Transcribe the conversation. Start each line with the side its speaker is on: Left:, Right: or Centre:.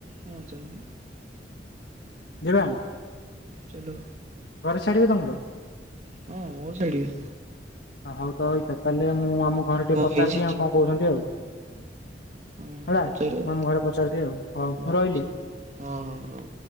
Right: ହଁ ଚାଲୁନୁ।
Left: ଯିବା?
Right: ଚାଲୋ।
Left: ଘରେ ଛାଡ଼ିବେ ତମର?
Right: ହଁ ମୋର ଛଡିବେ।
Left: ହଉ ତ ରହିଥା ତାହେଲେ ମୁଁ ଆମ ଘରେ
Right: ମୁଁ
Left: ଟିକେ
Right: କଣ
Left: ପଚାରିଦିଏ
Right: ହେଇଛି
Left: ଆଉ
Right: ଚିକୁ
Left: କଣ କହୁଛନ୍ତି ଆଉ।
Right: ହଁ
Left: ହେଲା
Right: ପଚାର
Left: ମୁଁ ଆମ ଘରେ ପଚରିଦିଏ ଆଉ ହଉ
Right: ହଁ
Left: ମୁଁ ରହିଲି।
Right: ପଚାର ହଁ ହଁ ହଉ।